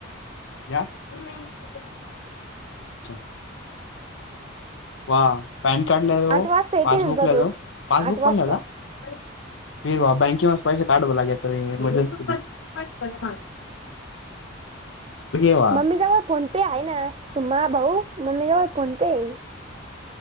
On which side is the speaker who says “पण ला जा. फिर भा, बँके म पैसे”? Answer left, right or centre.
Left